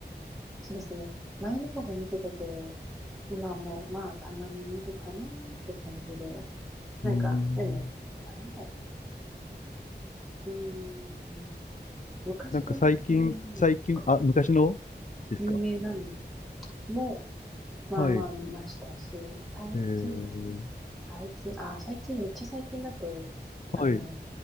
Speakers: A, in the centre; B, on the left (about 45°).
A: そうですね。前の方が見てたけど、今はもう、まあ、たまに見るかなって感じで。なんか、
B: ーん。
A: でも、なんだ、うーん。昔の有名なのとか、
B: なんか最近、最近、あ、昔のですか
A: 有名なのも、まあまあ見ましたし、
B: はい。
A: 最近、
B: えー
A: 最近、あー、最近、めっちゃ最近だと、
B: はい。
A: あの、